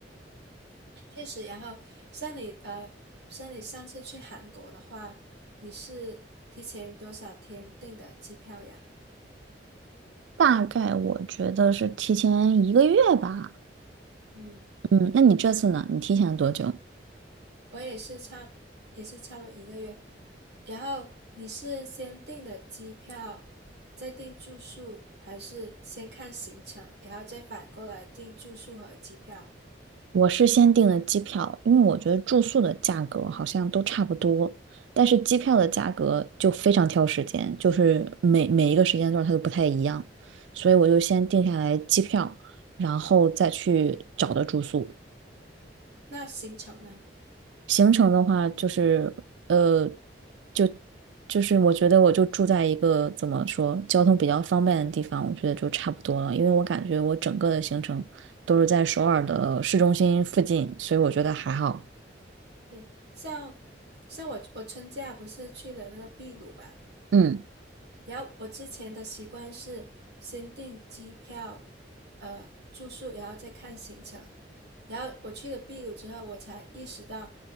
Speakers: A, on the right; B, on the right.
A: 确实。然后像你呃，像你上次去韩国的话，你是提前多少天订的机票呀？
B: 大概我觉得是提前一个月吧。
A: 嗯。
B: 嗯，那你这次呢？你提前了多久？
A: 我也是差，也是差不多一个月。然后你是先订的机票，再订住宿，还是先看行程，然后再反过来订住宿和机票？
B: 我是先订的机票，因为我觉得住宿的价格好像都差不多，但是机票的价格就非常挑时间，就是每每一个时间段它都不太一样，所以我就先定下来机票，然后再去找的住宿。
A: 那行程呢？
B: 行程的话，就是呃，就就是我觉得我就住在一个怎么说交通比较方便的地方，我觉得就差不多了，因为我感觉我整个的行程都是在首尔的市中心附近，所以我觉得还好。
A: 对，像像我我春假不是去了那个秘鲁嘛，
B: 嗯。
A: 然后我之前的习惯是先订机票，呃，住宿，然后再看行程。然后我去了秘鲁之后，我才意识到，